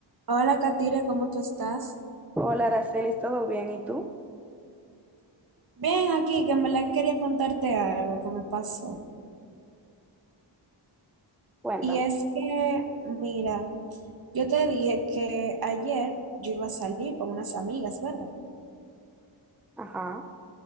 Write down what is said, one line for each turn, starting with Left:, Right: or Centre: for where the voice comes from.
Right: Hola, Katira, ¿cómo tú estás?
Centre: Hola, Aracelis, ¿todo bien? ¿Y tú?
Right: Bien, aquí, que en verdad quería contarte algo que me pasó.
Centre: Cuéntame.
Right: Y es que, mira, yo te dije que ayer yo iba a salir con unas amigas, ¿verdad?
Centre: Ajá,